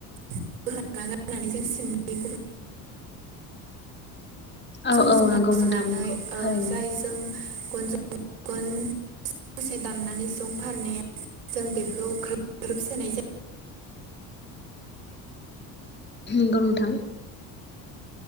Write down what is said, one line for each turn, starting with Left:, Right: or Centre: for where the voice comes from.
Right: बोखांना लाबनानै जों सिंनि गुस
Left: औ
Right: सुं गुसुं
Left: औ
Right: हास'नानै
Left: नंगौ नोंथां नंगौ
Right: औ
Left: थारैनो
Right: जायजों गन जों गन दसे दाननानै जं फारनायाव जों बेखौ ग्रोब ग्रोब सोनाय जायो।
Left: नोंगौ नोंथां।